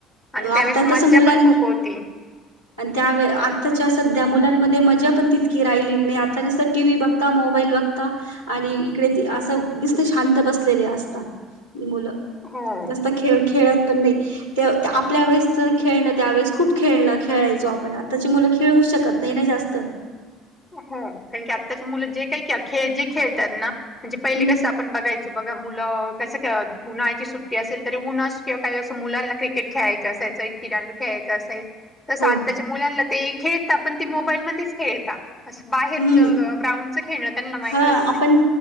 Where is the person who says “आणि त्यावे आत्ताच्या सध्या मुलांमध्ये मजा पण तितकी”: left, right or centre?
Left